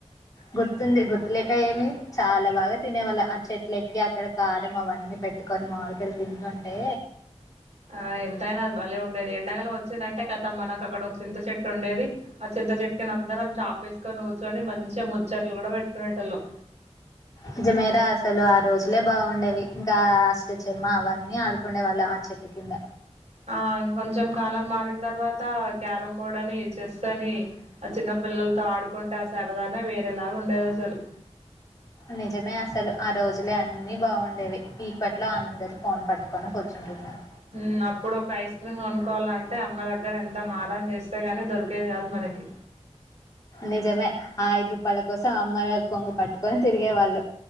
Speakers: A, on the left; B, on the right.
A: గుర్తుంది గుర్తులేక ఏమి చాలా బాగా తినే వాళ్ళం ఆ చెట్లు ఎక్కి అక్కడ కారం అవన్నీ పెట్టుకొని మామిడి కాయలు తింటుంటే
B: ఆ ఎంతైనా అది భలే ఉండేది ఎండాకాలం వచ్చిందంటే కథమ్ మనకు అక్కడ ఒక చింత చెట్టు ఉండేది ఆ చింత చెట్టు కింద అందరం చాపేసుకొని కూర్చుని మంచిగా ముచ్చట్లు కూడా పెట్టుకునేటోల్లం
A: నిజమేరా అసలు ఆ రోజులే బాగుండేవి ఇంకా అష్టచమ్మ అవన్నీ ఆడుకుండే వాళ్ళం ఆ చెట్టు కింద
B: ఆ కొంచెం కాలం మారిన తర్వాత క్యారమ్ బోర్డ్ అని చెస్ స్త కాని ఆ చిన్న పిల్లలతో ఆడుకుంట ఆ సరదానే వేరేలాగా ఉండేది అసలు
A: నిజమే అసలు ఆ రోజులే అన్నిీ బాగుండేవి ఇప్పట్లో అందరు ఫోన్ పట్టుకొని కూర్చుంటున్నారు
B: మ్ అప్పుడు ఒక ఐస్ క్రీమ్ కొనుక్కోవాలంటే అమ్మ దగ్గర ఎంత మారం చేస్తే గని దొరికేది కాదు మనకి
A: నిజమే ఆ ఐదు రూపాల కోసం అమ్మా యి కొంగు పట్టుకొని తిరిగేవాళ్ళు